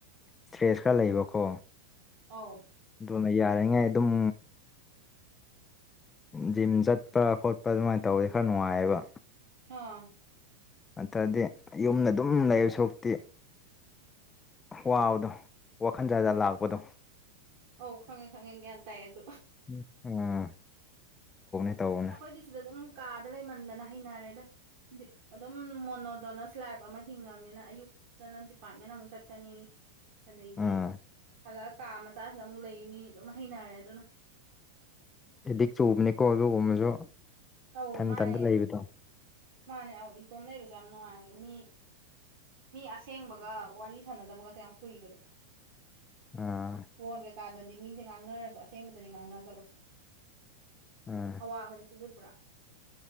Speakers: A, on the left (about 15°); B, on the right (about 50°).
A: ꯏꯁꯇ꯭ꯔꯦꯁꯀꯔ ꯂꯩꯕꯀꯣ
B: ꯑꯥꯎ
A: ꯑꯗꯨꯅ ꯌꯥꯔꯤꯉꯩ ꯑꯗꯨꯝ ꯖꯤꯝ ꯆꯠꯄ ꯈꯣꯠꯄ ꯑꯗꯨꯃꯥꯏꯅ ꯇꯧꯔꯗꯤ ꯈꯔ ꯅꯨꯡꯉꯥꯏꯌꯦꯕ
B: ꯑꯥ
A: ꯅꯠꯇ꯭ꯔꯗꯤ ꯌꯨꯝꯗ ꯑꯗꯨꯝ ꯂꯩꯗꯨ ꯁꯔꯨꯛ ꯄꯨꯇꯤ ꯋꯥꯕꯗꯣ ꯋꯥꯈꯟ ꯖꯥꯠ ꯖꯥꯠ ꯂꯥꯛꯄꯗꯣ
B: ꯑꯧ ꯈꯪꯉꯦ ꯈꯪꯉꯦ ꯒ꯭ꯌꯥꯟ ꯇꯥꯏ ꯑꯗꯨ
A: ꯎꯝ ꯎꯝ ꯇꯧꯕꯅꯦ ꯇꯧꯕꯅꯦ
B: ꯑꯁ ꯑꯩꯈꯣꯏꯗꯤ ꯁꯤꯗ ꯑꯗꯨꯝ ꯀꯥꯗ ꯂꯩꯃꯟꯗꯅ ꯍꯩꯅꯔꯦꯗ ꯗꯤ ꯑꯗꯨꯝ ꯃꯣꯅꯣꯗꯣꯅꯁ ꯂꯥꯏꯞ ꯑꯃ ꯍꯤꯡꯉꯕꯅꯤꯅ ꯑꯌꯨꯛ ꯇꯅ ꯗꯤꯄꯥꯔꯠꯃꯦꯟ ꯑꯃꯨꯛ ꯆꯠꯀꯅꯤ ꯑꯗꯒꯤ
A: ꯎꯝ
B: ꯁꯟꯂꯛ ꯑꯒ ꯀꯥ ꯃꯆꯥꯁꯤꯗ ꯑꯃꯨꯛ ꯂꯩꯅꯤ ꯑꯗꯨꯝ ꯍꯩꯅꯔꯦ ꯑꯗꯨꯅ
A: ꯑꯦꯗꯤꯛ ꯆꯨꯕꯅꯤꯀꯣ ꯑꯗꯨꯒꯨꯝꯕꯁꯨ
B: ꯇꯧ
A: ꯏꯊꯟ
B: ꯃꯥꯅꯦ
A: ꯏꯊꯟꯇ ꯂꯩꯕꯗꯣ
B: ꯃꯥꯅꯦ ꯏꯇꯣꯝ ꯂꯩꯕꯁꯦ ꯌꯥꯝ ꯅꯨꯡꯉꯥꯏꯌ ꯦꯃꯤ ꯃꯤ ꯑꯁꯦꯡꯕꯒ ꯋꯥꯔꯤ ꯁꯥꯟꯅꯗꯕꯒꯁꯦ ꯌꯥꯝ ꯀꯨꯏꯕꯗꯀꯣ
A: ꯑꯥ
B: ꯐꯣꯟ ꯀꯩꯀꯥꯗꯗꯤ ꯃꯤꯁꯦ ꯉꯥꯡꯅꯔꯁꯨ ꯑꯁꯦꯡꯕꯗꯗꯤ ꯉꯥꯡꯅꯗꯕꯗꯣ
A: ꯑꯥ
B: ꯑꯋꯥꯕꯅꯁꯤꯡꯗꯨ ꯄꯨꯔꯥ